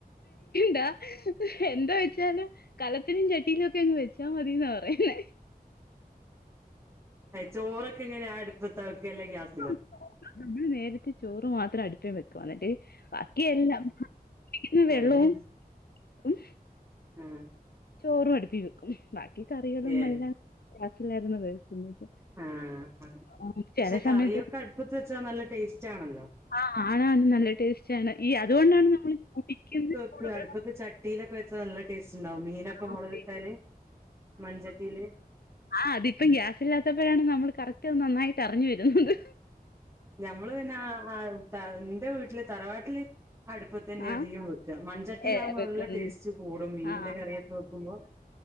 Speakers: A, on the left (about 75°); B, on the right (about 15°).
A: ഡാ എന്താചോയിചാല് കലത്തിലും ചട്ടിയിലും ഒക്കെ അങ്ങ് വെച്ചാൽ മതി എന്നാ പറയുന്നെ
B: ചോറൊക്കെ എങ്ങനെ അടുപ്പതാവെക്കല് അല്ല ഗ്യാസ്
A: ആഹ് ചോറ് നമ്മള് നേരത്തെ ചോറ് മാത്ര അടുപ്പേ വെക്കും എന്നിട്ട് ബാക്കിയെല്ലാം കുടിന്ന വെള്ളവും
B: ആഹ് ഏഹ്
A: റും
B: ആഹ്
A: ചോറും അടുപ്പിൽ വെക്കും ബാക്കി കറികളും
B: ഏഹ്
A: എല്ലാം ഗ്യാസിലായിരുന്നു വെക്കുന്നത്
B: ആഹ് ആഹ് പക്ഷെ
A: ആ, ചില
B: കറിയൊക്കെ
A: സമയത്ത്
B: അടുപ്പത്ത് വെച്ചാൽ നല്ല ടേസ്റ്റ് ആണല്ലോ
A: ആഹ് ആണ് ആണ് നല്ല ടേസ്റ്റാണ് ഈ അതുകൊണ്ടാണ് നമ്മള് കുടിക്കുന്ന ചൂടുവെള്ളം
B: ക്ക് അടുപ്പത്ത് ചട്ടിലൊക്കെ വെച്ച നല്ല ടേസ്റ്റ് ഇണ്ടാവും മീനൊ ക്കെ
A: ആ
B: മൊളകിട്ടാല്
A: പിന്നെ
B: മൺചട്ടില്
A: ആഹ് അതിപ്പം ഗ്യാസ് ഇല്ലാത്തപ്പോഴാണ് നമ്മൾ കറക്റ്റ് അത് നന്നായിട്ട് അറിഞ്ഞു വരുന്നത്
B: ഞമ്മള് പിന്നെ ആ ആ ഇന്റെ വീട്ടില് തറവാട്ടില് അടുപ്പതന്നെ
A: ആ
B: അധികം വെക്ക മൺ ചട്ടിലാവുമ്പോൾ
A: ഏ വെക്കുന്നത്
B: നല്ല ടേസ്റ്റ് കൂടും മീന്റെ
A: ആ
B: കറിയൊക്കെ വെക്കുമ്പോൾ